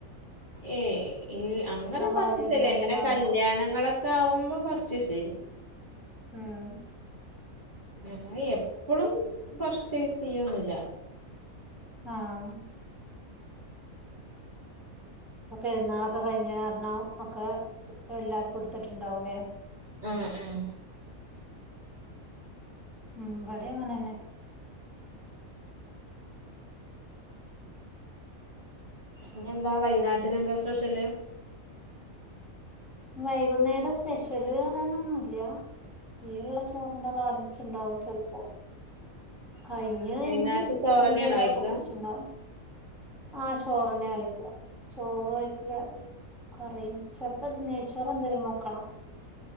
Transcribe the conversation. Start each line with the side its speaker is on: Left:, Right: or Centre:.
Right: ഏഹ് ഇൽ അങ്ങനെ പർച്ചേസില്ല
Centre: കാര്യം എന്തേലും
Right: എങ്ങനെ
Centre: ഉണ്ടാവുമ്പോ
Right: കല്യാണങ്ങളൊക്കെ ആവുമ്പ പർച്ചേസ് ചെയ്യും.
Centre: ആഹ്
Right: അല്ലാതെ എപ്പളും പർച്ചേസ് ചെയ്യൊന്നില്ല
Centre: ആഹ് പ്പ പെരുന്നാളൊക്കെ കഴിഞ്ഞ കാരണം ഒക്കെ എല്ലാർക്കും ഇട്ത്തിട്ടുണ്ടാവൂല്ലേ?
Right: ഉം ഉം
Centre: ഉം വടെ അങ്ങനെന്നെ
Right: ഇഞ്ഞെന്താ വൈന്നാരത്തിനു എന്താ സ്പെഷ്യല്
Centre: വൈകുന്നേരം സ്പെഷ്യല് പറയാനൊന്നുല്ല ഈയുള്ള ചോറിന്റെ ബാലൻസ് ഉണ്ടാവും ചെൽപ്പോ കഴിഞ്ഞ്
Right: ആ വൈകുന്നേരത്ത്
Centre: എങ്കിൽ
Right: ചോറന്നെയാണോ
Centre: എന്തേലും
Right: കഴിക്ക
Centre: അപ്പ പിടിച്ച്ണ്ടാവും ആഹ് ചോറെന്നെ കഴിക്ക ചോറ് കഴിക്കല് കറിയും ചെലപ്പോ നെയ്ച്ചോറ് എന്തേലും വെക്കണം